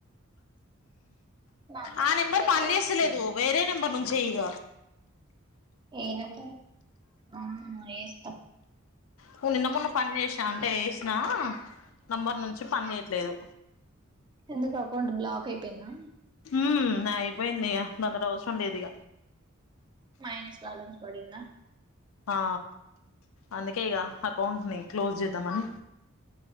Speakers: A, on the right; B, on the left.
A: నా అకౌంట్
B: ఆ, నెంబర్
A: లో ఉండట్లేదు
B: పని జేస్తాలేదు.
A: ఎప్పుడు
B: వేరే నెంబర్ నుంచి చేయి ఇగ.
A: ఏ నెంబరు? ఉమ్, ఏస్తా.
B: నీవు నిన్న మొన్న పని జేసినా అంటే వేసినా నంబర్ నుంచి పని చేయట్లేదు.
A: ఎందుకు? అకౌంట్ బ్లాక్ అయిపోయిందా?
B: ఉ అయిపోయింది ఇక దంతోటి అవసరం లేదిక
A: మైనస్ బ్యాలెన్స్ పడిందా
B: ఆ అందుకే ఇక అకౌంట్ ని క్లోజ్ చేద్దామని